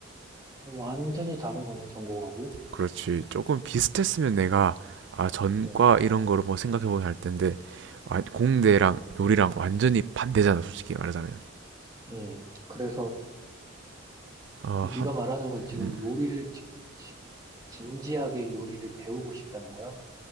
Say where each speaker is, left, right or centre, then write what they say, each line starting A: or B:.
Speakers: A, on the right (about 20°); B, on the right (about 60°).
A: 완전히 다른 거네, 전공하고.
B: 그렇지 조금 비슷했으면 내가 아 전과
A: 응,
B: 이런 거를 뭐 생각해보면 할 텐데 아, 공대랑 요리랑 완전히 반대잖아 솔직히 말하자면
A: 응. 그래서
B: 아
A: 네가
B: 한,
A: 말하는 건 지금
B: 음,
A: 요리를 직, 직, 진지하게 요리를 배우고 싶다는 거야?